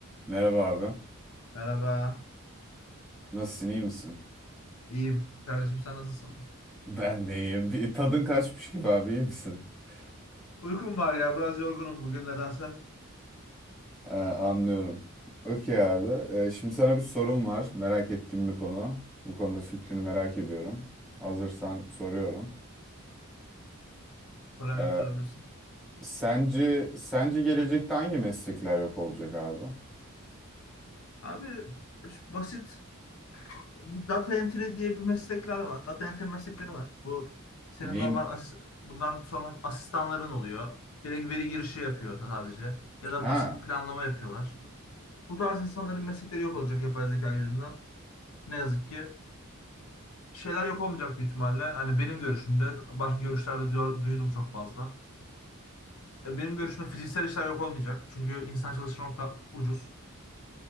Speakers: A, in the centre; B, on the left.
A: Merhaba abi.
B: Merhaba.
A: Nasılsın, iyi misin? <laughs>
B: İyiyim. Kardeşim sen nasılsın?
A: Ben de iyiyim. Bir tadın kaçmış gibi abi, iyi misin? <laughs>
B: Uykum var ya. Biraz yorgunum bugün nedense.
A: Ee, anlıyorum. Okey abi. Ee, şimdi sana bir sorum var. Merak ettiğim bir konu. Bu konuda fikrini merak ediyorum. Hazırsan soruyorum.
B: Problem
A: Ee,
B: yok sorabilirsin.
A: sence sence gelecekte hangi meslekler yok olacak abi?
B: Abi şu basit data entry diye bir meslekler var. Data entry meslekleri var. Bu senin
A: Neyim?
B: normal asist bundan sonra asistanların oluyor. Direkt veri girişi yapıyor sadece. Ya da
A: Ha,
B: basit planlama yapıyorlar. Bu tarz insanların meslekleri yok olacak yapay zeka yüzünden. Ne yazık ki. Şeyler yok olmayacak büyük ihtimalle. Hani benim görüşümde başka görüşlerde diyor- duydum çok fazla. E, Benim görüşüm fiziksel işler yok olmayacak. Çünkü insan çalıştırmak da ucuz.